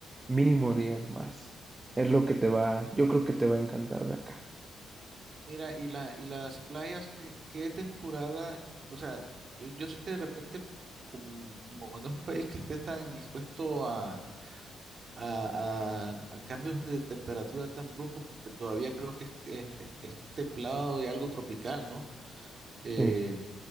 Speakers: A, on the right (about 20°); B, on the right (about 45°).
A: mínimo 10 más. Es lo que te va, yo creo que te va a encantar de acá.
B: Mira, y la, y las playas, ¿qué, qué temporada? O sea, yo, yo sé que de repente, como, como no es un país que esté tan expuesto a, a- a- a cambios de temperatura tan bruscos, porque todavía creo que es, es- es- es templado y algo tropical, ¿no? Eh,
A: Sí.